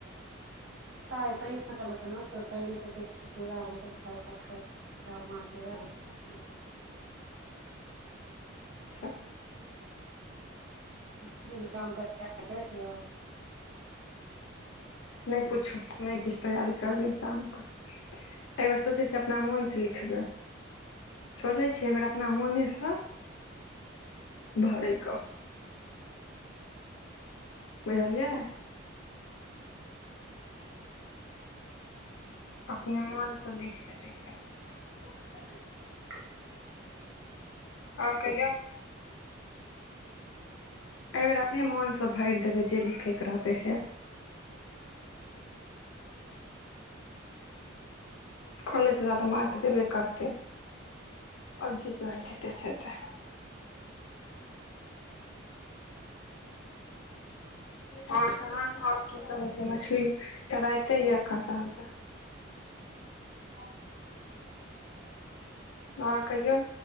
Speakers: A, on the right; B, on the left.
A: ऐसा <unintelligible> नहि चल ओना तऽ शनि कऽ <unintelligible> चूरा भुजन खेबाक चाही <unintelligible> चूरा भुजने छलै
B: अच्छा
A: <unintelligible>
B: नहि पूछू नहि किछु तैयारी
A: हँ
B: करब एक्जामके एहि बेर सोचै छियै अपना मोनसँ लिखबै सोचै छियै एहि बेेर अपना मोनेसँ भड़ै क बझलियै अपने मोन से लिख देबय इगजाम मे
A: <inaudible>
B: आओर कहियौ एहि बेेर अपने मोन सँ भरि देबै जे लिखै के रहतै से कॉलेज वला तऽ मार्क देबे करतै आओर जे <unintelligible> खेती सँ हेतै <inaudible> आओर तहन आओर की सब होइ छै मछली तराइते ये एखन तहन तऽ <inaudible> आओर कहियौ